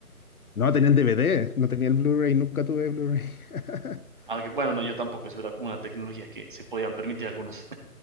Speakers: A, on the left (about 70°); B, on the right (about 35°).
A: No, tenía el DVD, no tenía el Blu-ray, nunca tuve Blu-ray. <laughs>
B: Aunque, bueno, no, yo tampoco. Eso era como una tecnología que se podían permitir algunos.